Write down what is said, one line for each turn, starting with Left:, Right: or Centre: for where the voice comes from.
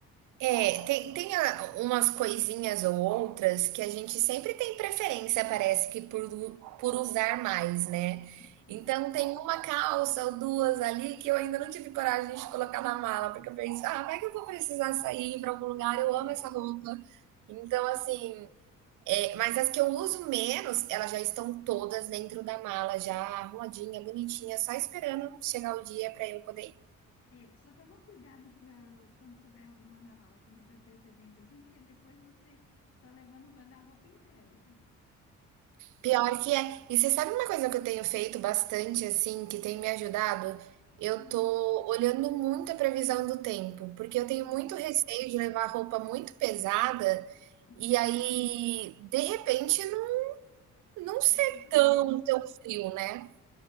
Right: É, tem, tem a- umas coisinhas ou outras que a gente sempre tem preferência, parece que por, lu- por usar mais, né?
Left: Uhum.
Right: Então tem uma calça ou duas ali que eu ainda não tive coragem de colocar na mala, porque eu penso, ah, vai que eu vou precisar sair para algum lugar,
Left: É,
Right: eu amo essa roupa. Então, assim, é, mas as que eu uso menos, elas já estão todas dentro da mala, já arrumadinha, bonitinha, só esperando chegar o dia para eu poder ir.
Left: é, só toma cuidado para quando você vai arrumando a mala com muita antecedência, assim, porque depois você tá levando o guarda-roupa inteiro.
Right: Pior que é. E você sabe uma coisa que eu tenho feito bastante, assim, que tem me ajudado? Eu
Left: Hum,
Right: tô olhando muito a previsão do tempo, porque eu tenho
Left: é,
Right: muito receio de levar roupa muito pesada
Left: uhum,
Right: e aí, de repente, não, não
Left: fazer
Right: ser
Left: tanto
Right: tão,
Left: frio.
Right: tão frio, né?